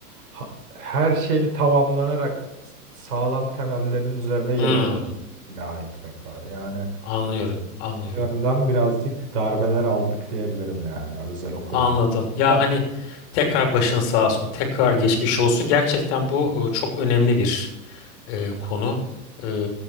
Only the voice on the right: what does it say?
ha- her şeyin tamamlanarak sağlam temellerin üzerine yeni
bina etmek var. Yani
yönden birazcık darbeler aldık diyebilirim yani özel okula
gitti.
<laughs>